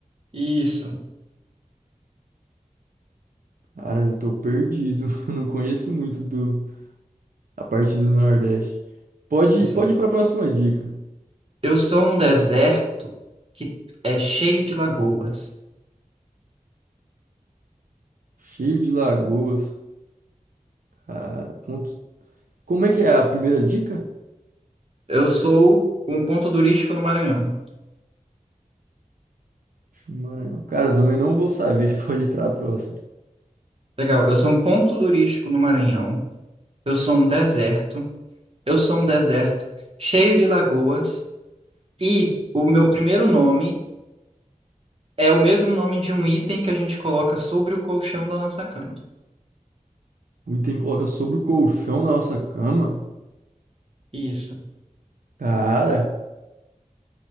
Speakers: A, on the right (about 45°); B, on the right (about 80°).
A: Isso.
B: Cara, eu tô perdido. <laughs> Eu não conheço muito do, a parte do Nordeste. Pode,
A: Eu sou
B: pode ir para a próxima dica.
A: eu sou um deserto que é cheio de lagoas.
B: Cheio de lagoas. Cara, ponto. Como é que é a primeira dica?
A: Eu sou um ponto turístico no Maranhão.
B: No Maranhão. Cara, eu também não vou saber. <laughs> Pode ir para a próxima.
A: Legal. Eu sou um ponto turístico no Maranhão. Eu sou um deserto. Eu sou um deserto cheio de lagoas e o meu primeiro nome é o mesmo nome de um item que a gente coloca sobre o colchão da nossa cama.
B: O item coloca sobre o colchão da nossa cama.
A: Isso.
B: Cara,